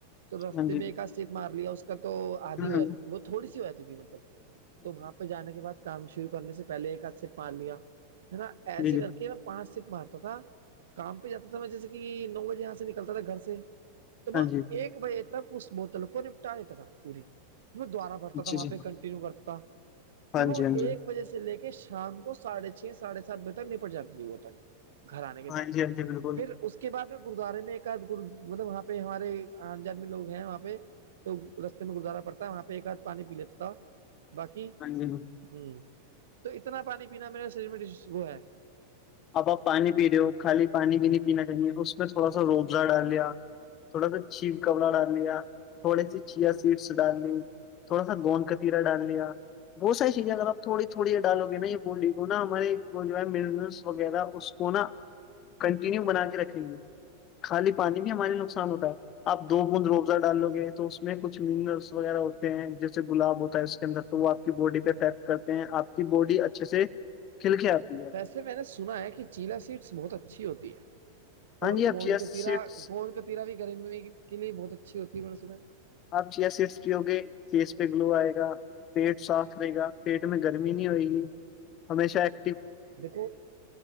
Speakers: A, on the right; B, on the left.
A: تو رستے
B: ہاں جی
A: میں ایک سییک مار لیا اس کا تو آدھی
B: ہ
A: ہو جاتا تھی ب تھوڑی سی ہو جاتی تھی مطلب تو وہاں پہ جانے کے بعد کام شرو کرنے سے پہل ایک آدھ سے پان لیا ہے نا ایسے
B: ہ
A: کر کے میں پانچ سیٹ مارتا تھا کام پہ جاتا تھا میں جیسے کہ نو بجے یہاں سے نکلتا تھا گھر سے وہ
B: ہ ہ
A: ایک بجے تک اس بوتل کو نپٹاتا تھا پوری پ دوبارہ پ برتا
B: جی
A: تھا وہاں
B: جی ہاں جی جی جی
A: پہ کنٹینیو برتا
B: ہاں
A: پھر وہ
B: جی ہاں جی
A: ایک بجے سے لے کے شام کے سڑھے چھ ساڑھے سات بجے تک نپٹ جاتی تھی وہ تک گھر آنے کے
B: ہاں
A: بعد
B: جی ہاں جی بالکل
A: پھر اس کے بعد گرودوارے میں ایکد مطلب وہاں پہ ہمارے آ جان میں لوگ ہیں وہاں پہ تو رستے میں گردوارہ پڑتا وہاں پہ ایک آدھ پانی پی لیتا تھا باقی
B: ہاں جی
A: ہوں تو اتنا پانی پینا میرے شریر میں وہ ہے
B: اب آپ پانی پی رہے ہو خالی پانی بھی نہیں پینا چاہیے اس میں تھوڑا سا روبزہ ڈال لیا تھوڑا سا چیپ کپڑا ڈال لیا تھوڑی سی چیا سیٹس ڈال لی تھوڑا سا گوند کا تا ڈال لیا بہت ساری چیزیں اگر آپ تھوڑی تھوڑی ڈالوے نا یہ بولی کو نا ہمارے وہ جو ہے م وغیرہ اس کو نا کنٹینیو بنا کے رکھیں گے خالی پانی میں ہمارے نقصان ہوتا ہے آپ دو بوند رو ڈالو گے تو اس میں کچھ منرلس وغیرہ ہوتے ہیں جیسے گلاب ہوتا ہے اس کے اندر تو وہ آپ کی باڈی پہ افیکٹ کرتے ہیں آپ کی باڈی اچھے سے کھلک آتی ہے
A: جے میں نے سنا ہے کہ چیلا سیٹس بہت اچھی ہوتی ہے
B: ہاں
A: اور
B: جی آپ
A: گوند
B: چیئر
A: ک
B: سیٹس
A: ترا گوند کاتییرا بھی گرمی کے لیے بہت اچھی ہوتی ہے ب صبح
B: آپ چیئر سرف کی گے فیس پہ گلو آئے گا پیٹ صاف رہے گا پیٹ میں گرمی نہیں رہئے گی ہمیشہ ایک
A: دیکھو